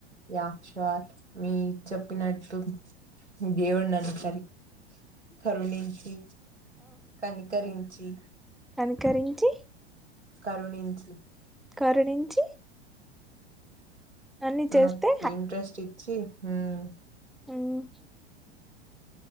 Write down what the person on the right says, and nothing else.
<unintelligible> వా మీ చెప్పినట్టు దేవుడు నన్ను పరి కరుణించి కనికరించి
కరుణించు
నాకు ఇంట్రెస్ట్ ఇచ్చి మ్మ్